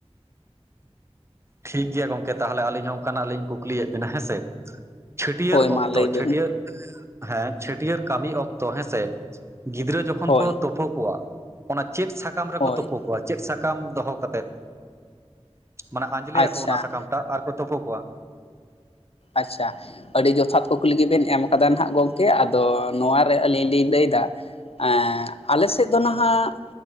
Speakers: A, on the right (about 25°); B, on the left (about 60°).
A: ᱴᱷᱤᱠ ᱜᱮᱭᱟ ᱜᱚᱝᱠᱮ ᱛᱟᱦᱚᱞᱮ ᱟᱹᱞᱤᱧ ᱦᱚᱸ ᱚᱱ ᱠᱟᱱᱟᱜ ᱞᱤᱧ ᱠᱩᱠᱞᱤᱭᱮᱫ ᱵᱤᱱᱟᱹ ᱦᱮᱸ ᱥᱮ, ᱪᱷᱟᱹᱴᱭᱟᱹᱨ
B: ᱦᱳᱭ ᱢᱟ
A: ᱚᱠᱛᱚ
B: ᱞᱟᱹᱭ ᱵᱮᱱ
A: ᱪᱷᱟᱹᱴᱭᱟᱹᱨ, ᱦᱮᱸ ᱪᱷᱟᱹᱴᱭᱟᱹᱨ ᱠᱟᱹᱢᱤ ᱚᱠᱛᱚ ᱦᱮᱸᱥᱮ ᱜᱤᱫᱽᱨᱟᱹ ᱡᱚᱠᱷᱚᱱ
B: ᱦᱳᱭ
A: ᱠᱚ ᱛᱳᱯᱳ ᱠᱚᱣᱟ, ᱚᱱᱟ ᱪᱮᱫ ᱥᱟᱠᱟᱢ ᱨᱮᱠᱚ
B: ᱦᱳᱭ
A: ᱛᱳᱯᱳ ᱠᱚᱣᱟ ᱪᱮᱫ ᱥᱟᱠᱟᱢ ᱫᱚᱦᱚ ᱠᱟᱛᱮᱜ ᱢᱟᱱᱮ ᱟᱸᱧᱡᱞᱮᱭ
B: ᱟᱪᱪᱷᱟ
A: ᱟᱠᱚ ᱚᱱᱟ ᱥᱟᱠᱟᱢ ᱴᱟᱜ ᱟᱨ ᱠᱚ ᱛᱩᱯᱩ ᱠᱚᱣᱟ᱾
B: ᱟᱪᱪᱷᱟ᱾ ᱟᱹᱰᱤ ᱡᱚᱛᱷᱟᱛ ᱠᱩᱠᱞᱤ ᱜᱮᱵᱮᱱ ᱮᱢ ᱠᱟᱫᱟ ᱱᱟᱦᱟᱜ ᱜᱚᱝᱠᱮ ᱟᱫᱚ ᱱᱚᱣᱟ ᱨᱮ ᱟᱹᱞᱤᱧ ᱞᱤᱧ ᱞᱟᱹᱭ ᱫᱟ ᱮᱸᱻ ᱟᱞᱮ ᱥᱮᱫ ᱫᱚ ᱱᱟᱦᱟᱜ